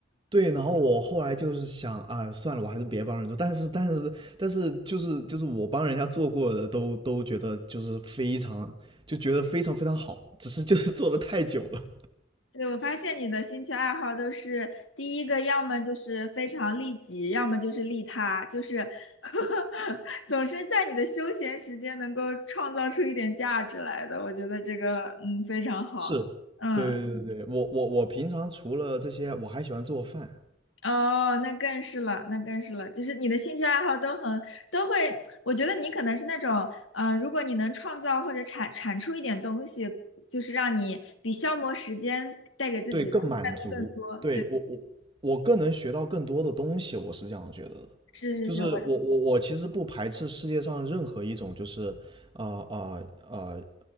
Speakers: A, on the right; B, on the left.
A: 对，然后我后来就是想啊，算了，我还是别帮人做。但是，但是，但是，就是就是我帮人家做过的都，都觉得就是非常，就觉得非常非常好，只是就是做的太久了。
B: 对，我发现你的兴趣爱好都是第一个，要么就是非常利己，要么就是利他，就是 <laughs> 总是在你的休闲时间能够创造出一点价值来的，我觉得这个嗯非常好，
A: 是，
B: 嗯。
A: 对对对对，我我我平常除了这些，我还喜欢做饭。
B: 哦，那更是了，那更是了，就是你的兴趣爱好都很都会，我觉得你可能是那种，呃，如果你能创造或者产产出一点东西，就是让你比消磨时间带给自己的快乐更多。
A: 对，更满足。对，
B: 对，
A: 我我我更能学到更多的东西，我是这样觉得的。
B: 是是是，
A: 就是我我我其实不排斥世界上任何一种就是呃呃呃
B: 我